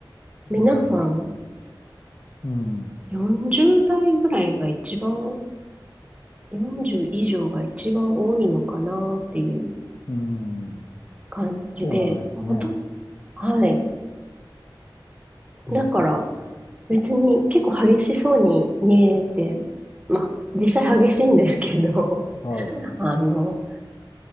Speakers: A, on the right (about 15°); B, on the left (about 45°).
A: 皆さん
B: まあ、うん。
A: 40代ぐらいが一番、40以上が一番多いのかなっていう
B: うん。
A: 感じで、
B: そうなんですね。
A: ほとんど、はい。
B: うん。
A: だから別に結構激しそうに見えて、まあ実際激しいんですけど、
B: はい。
A: <laughs> あの、